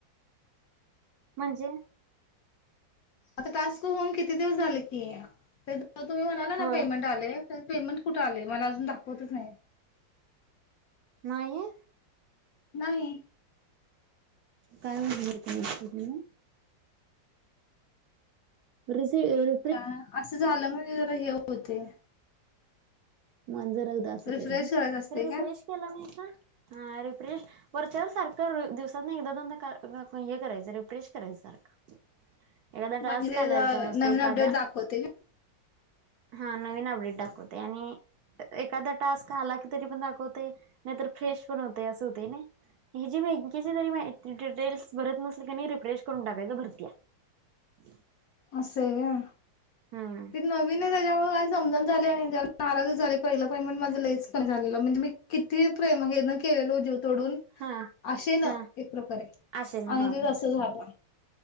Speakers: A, on the right; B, on the left.
A: म्हणजे
B: आंता टांस्क होऊन किती दिवसं झाले की तुम्हीं म्हणांला नां
A: होय
B: पेमेंट आले पेमेंट कुठं आले मलां अजूंन दाखवतंच नाहीं
A: नाहीं
B: नाहीं.
A: कायं म्हणते असतं तुम्हीं रीसीव
B: कां असं झालं म्हणजे जरां हे होते
A: मं जरां उदांसत
B: रिफ्रेश
A: तरं
B: करायच असते
A: रिफ्रेश
B: का
A: केलां नाहीं हे रिफ्रेश वरंच्यांवर सारखं दिवसांत नां एकदां दोनदा हे करायचं रिपरेश करायचं सारखं एखाद्या
B: म्हणजे
A: टांस्क आंला
B: नवीन
A: समंज तरं एखांदा
B: अपडेट दाखवते
A: हां नवीन अपडेट दाखवते आणि एखांदा टांस्क आंला की तरी पणं दाखवते नाहीतरं फ्रेश पणं होते असं होते नाहीं हं जी बँकेची जरी डिटेल्स भरतं नसलं ते रिफ्रेश करूंन टाकायचं भरती हं
B: असं हे
A: हम्म
B: ते नवीन आहे त्यांच्यामुळे समजणं झाले नाहीं त्यांला नारांज झाले पहिलं पहिलं म्हणे माझं लेचं की झालेलं म्हणजे मी किती प्रेम हे न केलेलो जीव तोंडून
A: हा
B: असे नां
A: हा
B: एक प्रकारे
A: असे ना
B: आणि ते तसं झालं